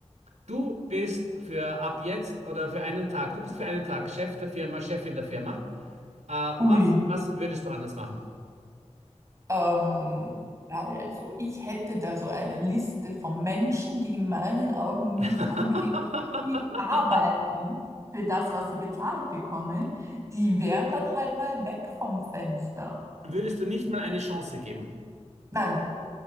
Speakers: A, on the right (about 75°); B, on the right (about 25°).
A: Du bist für ab jetzt oder für einen Tag, du bist für einen Tag Chef der Firma, Chefin der Firma. Äh,
B: Ui.
A: was, was würdest du anders machen?
B: Ähm, also, ich hätte da so eine Liste von Menschen, die in meinen Augen nicht
A: <laughs>
B: unbedingt viel arbeiten für das, was sie bezahlt bekommen. Die wären dann halt mal weg vom Fenster.
A: Würdest du nicht mal eine Chance geben?
B: Nein,